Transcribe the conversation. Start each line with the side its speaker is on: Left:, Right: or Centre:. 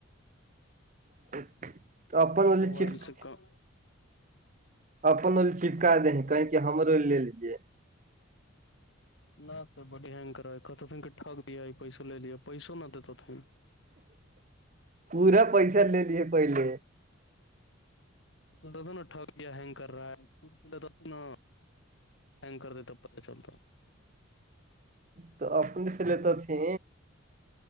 Right: <unintelligible> والی
Left: بووال
Right: چپ
Left: سک ہوں
Right: اپوں لیے چپکا د کہیں کہ ہمارے لیے یہ
Left: نہ سر بنگ کرا کہ تھ کہ ٹک دیا پیسو لے لیا پیسو نہ دیتا تھیں
Right: پورا پیسہ لے لیے پہلے
Left: تھا نا ٹکیا ہینگ کر رہا ہےود سے لتاھی نا ینکر دیتاب پتا چلتا
Right: تو اپنے سے لیتے تھے